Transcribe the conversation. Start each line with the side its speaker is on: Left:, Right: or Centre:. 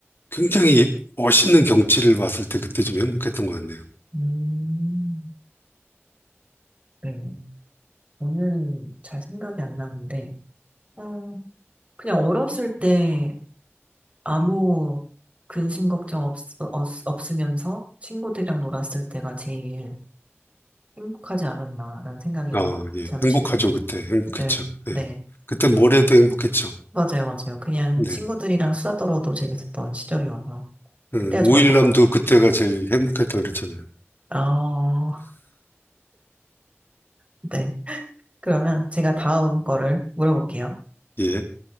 Left: 굉장히 멋있는 경치를 봤을 때 그때 좀 행복했던 것 같네요.
Right: 음, 네. 저는 잘 생각이 안 나는데, 어, 그냥 어렸을 때 아무 근심 걱정 없, 없, 없으면서 친구들이랑 놀았을 때가 제일 행복하지 않았나라는 생각이
Left: 아, 예.
Right: 잠시
Left: 행복하죠,
Right: 드네요.
Left: 그때. 행복했죠.
Right: 네, 네.
Left: 예. 그때 모레도 행복했죠.
Right: 맞아요, 맞아요. 그냥
Left: 네.
Right: 친구들이랑 수다 떨어도 재밌었던 시절이어서
Left: 음,
Right: 그때가
Left: 오일남도
Right: 좋았던 것 같네요.
Left: 그때가 제일 행복했다 그랬잖아요.
Right: 어, 네. 그러면 제가 다음 거를 물어볼게요.
Left: 예.